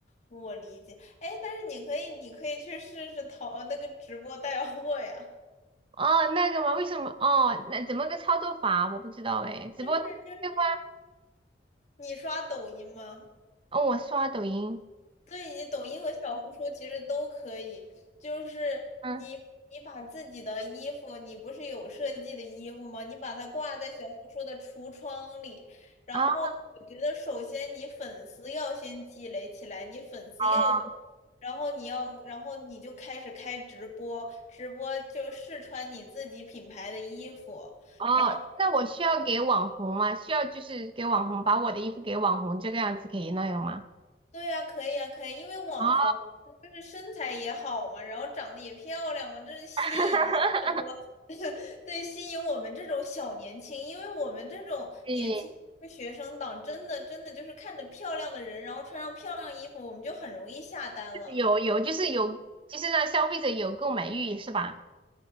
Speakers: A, on the left (about 40°); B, on the right (about 30°).
A: 我理解。哎，但是你可以，你可以去试试淘呃那个直播带货呀。
B: 哦，那个吗？为什么？哦，那怎么个操作法？我不知道哎，
A: <laughs>
B: 直播对方，
A: 就是是。你刷抖音吗？
B: 哦，我刷抖音，
A: 对，你抖音和小红书其实都可以，就是你你把自己的衣服，
B: 嗯，
A: 你不是有设计的衣服吗？你把它挂在小红书的橱窗里，然后呢，
B: 啊，
A: 我觉得首先你粉丝要先积累起来，你粉丝要多，
B: 哦，
A: 然后你要，然后你就开始开直播，直播就试穿你自己品牌的衣服。
B: 哦那我需要给网红吗？
A: 然后。
B: 需要就是给网红，把我的衣服给网红，这个样子可以那样吗？
A: 对呀，可以啊，可以，因为网红就是身材也好嘛，
B: 哦，
A: 然后长得也漂亮嘛，这是吸引一大波，
B: <laughs>
A: <laughs> 对，吸引我们这种小年轻，因为我们这种年轻的学生党，
B: 对，
A: 真的真的就是看着漂亮的人，然后穿上漂亮衣服，我们就很容易下单了。
B: 有有，就是有，就是让消费者有购买欲，是吧？